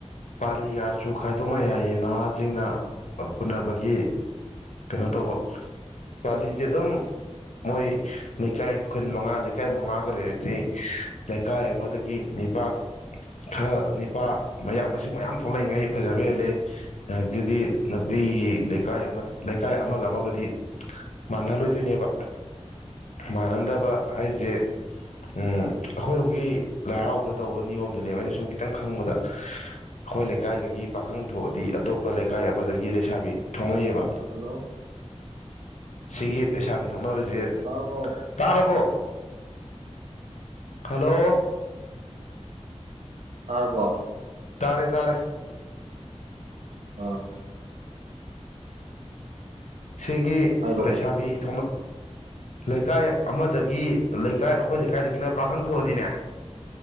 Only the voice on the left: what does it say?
ꯄꯥꯂꯤꯒꯁꯨ ꯈꯥꯏꯗꯣꯛꯅꯩ ꯍꯥꯏꯌꯦ ꯅꯍꯥꯁꯤꯡꯅ ꯄꯨꯅꯕꯒꯤ ꯀꯩꯅꯣ ꯇꯧꯕ ꯄꯥꯂꯤꯁꯦ ꯑꯗꯨꯝ ꯃꯣꯏ ꯂꯩꯀꯥꯏ ꯈꯨꯟ ꯃꯉꯥ ꯂꯩꯀꯥꯏ ꯃꯉꯥꯒ ꯂꯩꯔꯗꯤ ꯂꯩꯀꯥꯏ ꯑꯃꯗꯒꯤ ꯅꯤꯄꯥꯛ ꯈꯔ ꯅꯤꯄꯥ ꯃꯌꯥꯝ ꯃꯁꯤꯡ ꯃꯌꯥꯝ ꯊꯣꯛꯂꯛꯏꯉꯩ ꯐꯖꯕ ꯍꯦꯜꯂꯦ ꯑꯗꯒꯤꯗꯤ ꯅꯨꯄꯤꯒꯤ ꯂꯩꯀꯥꯏ ꯑꯃ ꯂꯩꯀꯥꯏ ꯑꯃꯒ ꯑꯃꯒꯗꯤ ꯃꯥꯟꯅꯍꯜꯂꯣꯏꯗꯣꯏꯅꯦꯕ ꯃꯥꯟꯅꯍꯟꯗꯕ ꯍꯥꯏꯁꯦ ꯎ ꯑꯩꯈꯣꯏꯔꯣꯝꯒꯤ ꯂꯥꯏꯔꯥꯎꯕꯗ ꯇꯧꯕ ꯅꯤꯌꯣꯝꯗꯨꯅꯦꯕ ꯑꯩꯅ ꯁꯨꯝ ꯈꯤꯇꯪ ꯈꯪꯕꯗ ꯑꯩꯈꯣꯏ ꯂꯩꯀꯥꯏꯗꯒꯤ ꯄꯥꯈꯪ ꯊꯣꯛꯑꯗꯤ ꯑꯇꯣꯞꯄ ꯂꯩꯀꯥꯏ ꯑꯃꯗꯒꯤ ꯂꯩꯁꯥꯕꯤ ꯊꯣꯛꯉꯛꯩꯑꯌꯦꯕ
ꯁꯤꯒꯤ ꯂꯩꯁꯥꯕꯤ ꯊꯝꯅꯅꯕꯁ
ꯇꯥꯔꯕꯣ ꯍꯂꯣ
ꯇꯥꯔꯦ ꯇꯥꯔꯦ
ꯁꯤꯒꯤ
ꯂꯩꯁꯥꯕꯤ
ꯊ ꯂꯩꯀꯥꯏ ꯑꯃꯗꯒꯤ ꯂꯩꯀꯥꯏ ꯑꯩꯈꯣꯏ ꯂꯩꯀꯥꯏꯗꯒꯤꯅ ꯄꯥꯈꯪ ꯊꯣꯛꯑꯗꯤꯅꯦ